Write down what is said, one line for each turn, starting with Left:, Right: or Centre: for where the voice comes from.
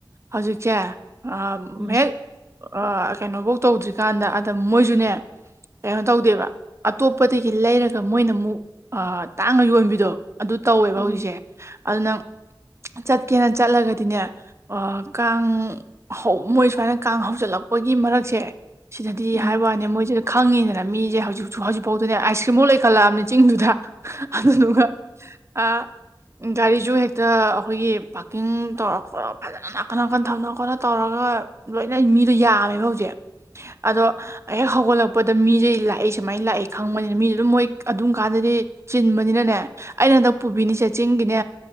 Right: ꯍꯧꯖꯤꯛꯁꯦ ꯑꯥ
Centre: ꯎꯝ
Right: ꯍꯦꯛ ꯀꯩꯅꯣꯐꯧ ꯇꯧꯗ꯭ꯔꯤꯀꯥꯟꯗ ꯑꯗ ꯃꯣꯏꯁꯨꯅꯦ ꯀꯩꯅꯣ ꯇꯧꯗꯦꯕ ꯑꯇꯣꯞꯄꯗꯒꯤ ꯂꯩꯔꯒ ꯃꯣꯏꯅ ꯑꯃꯨꯛ ꯇꯥꯡꯅꯥ ꯌꯣꯟꯕꯤꯗꯣ ꯑꯗꯨ ꯇꯧꯋꯦꯕ
Centre: ꯎꯝ
Right: ꯍꯧꯖꯤꯛꯁꯦ ꯑꯗꯨꯅꯥ ꯆꯠꯀꯦꯅ ꯆꯠꯂꯒꯗꯤꯅꯦ ꯑꯣ ꯀꯥꯡ ꯍꯧ ꯃꯣꯏ ꯁꯨꯃꯥꯏꯅ ꯀꯥꯡ ꯍꯧꯖꯤꯜꯂꯛꯄꯒꯤ ꯃꯔꯛꯁꯦ ꯁꯤꯗꯗꯤ
Centre: ꯎꯝ
Right: ꯍꯥꯏꯕ ꯋꯥꯅꯦ ꯃꯣꯏꯁꯤꯗ ꯈꯪꯉꯤꯗꯅ ꯃꯤꯁꯦ ꯍꯧꯖꯤꯛꯁꯨ ꯍꯧꯖꯤꯛꯐꯥꯎꯗꯅꯦ ꯑꯥꯏꯁ ꯀ꯭ꯔꯤꯝ ꯕꯧ ꯂꯩꯈꯠꯂꯛꯑꯕꯅꯤ ꯆꯤꯡꯗꯨꯗ ꯑꯗꯨꯒꯥ ꯑꯥ ꯒꯥꯔꯤꯁꯨ ꯍꯦꯛꯇ ꯑꯩꯈꯣꯏꯒꯤ ꯄꯥꯔꯀꯤꯡ ꯇꯧꯔ ꯈꯣꯠꯂ ꯐꯖꯅ ꯅꯥꯀꯟ ꯅꯥꯀꯟ ꯊꯝꯅ ꯈꯣꯠꯅ ꯇꯧꯔꯒ ꯂꯣꯏꯅ ꯃꯤꯗꯣ ꯌꯥꯝꯃꯦꯕ ꯍꯧꯖꯤꯛ ꯑꯗꯣ ꯍꯦꯛ ꯍꯧꯒꯠꯂꯛꯄꯗ ꯃꯤꯁꯦ ꯂꯥꯛꯏ ꯁꯨꯃꯥꯏꯅ ꯂꯥꯛꯏ ꯈꯪꯕꯅꯤꯅ ꯃꯤꯗꯨ ꯑꯗꯨꯝ ꯃꯣꯏ ꯑꯗꯨꯝ ꯀꯥꯟꯗꯗꯤ ꯆꯤꯟꯕꯅꯤꯅꯅꯦ ꯑꯩꯅ ꯍꯟꯗꯛ ꯄꯨꯕꯤꯅꯤꯁꯦ ꯆꯤꯡꯒꯤꯅꯦ